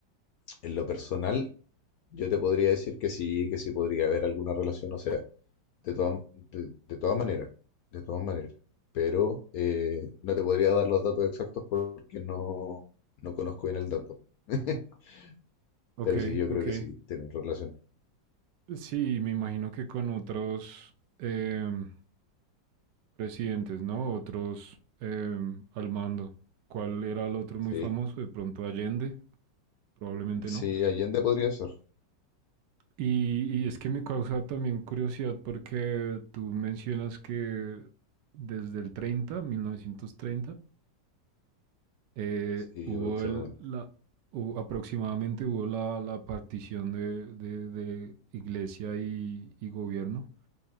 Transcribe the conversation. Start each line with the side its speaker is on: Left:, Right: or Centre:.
Left: en lo personal, yo te podría decir que sí, que sí podría haber alguna relación, o sea, de todas de, de todas maneras, de todas maneras. Pero eh, no te podría dar los datos exactos porque no, no conozco bien el dato. <laughs>
Right: Ok,
Left: Pero sí, yo
Right: ok.
Left: creo que sí, tienen relación.
Right: Sí, me imagino que con otros em, presidentes, ¿no? Otros em, al mando. ¿Cuál era el otro muy
Left: Sí,
Right: famoso? De pronto Allende, probablemente
Left: sí,
Right: no.
Left: Allende podría ser.
Right: Y, y es que me causa también curiosidad porque tú mencionas que desde el 30, 1930, eh,
Left: Sí,
Right: hubo
Left: aproximadamente.
Right: el, la, hu- aproximadamente hubo la, la partición de, de- de iglesia y, y gobierno.